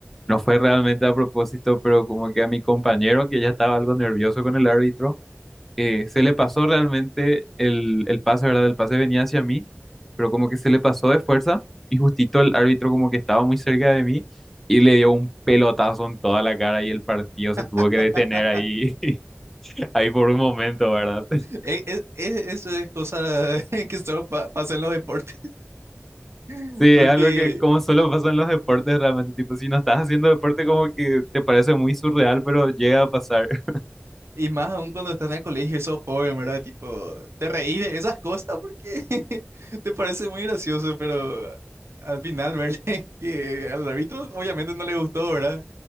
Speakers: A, in the centre; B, on the right (about 75°).
A: no fue realmente a propósito, pero como que a mi compañero, que ya estaba algo nervioso con el árbitro, eh, se le pasó realmente el, el pase, ¿verdad? El pase venía hacia mí, pero como que se le pasó de fuerza y justito el árbitro como que estaba muy cerca de mí y le dio un pelotazo en toda la cara y el partido se tuvo
B: <laughs>
A: que detener ahí, <laughs> ahí por un momento, ¿verdad? <laughs>
B: E- e- e- eso es cosa <laughs> que solo pa- pasa en los deportes. <laughs>
A: Sí,
B: Porque,
A: es algo que como solo pasa en los deportes realmente, tipo, si no estás haciendo deporte como que te parece muy surreal, pero llega a pasar. <laughs>
B: y más aún cuando estás en el colegio y sos joven, ¿verdad? Tipo, te reís de esas cosas porque <laughs> te parece muy gracioso, pero al final, ¿verdad? <laughs> Que al árbitro obviamente no le gustó, ¿verdad?